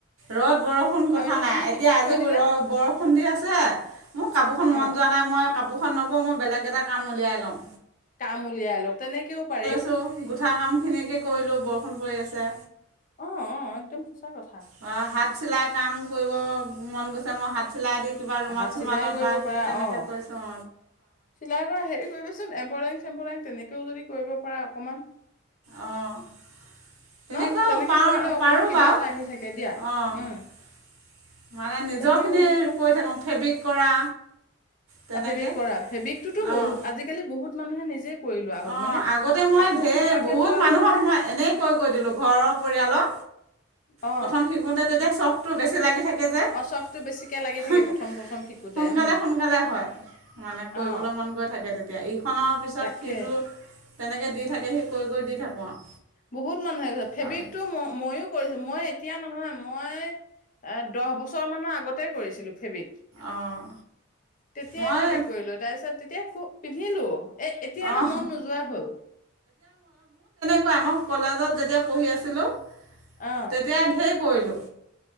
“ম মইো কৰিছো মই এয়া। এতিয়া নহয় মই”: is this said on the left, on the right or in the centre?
Left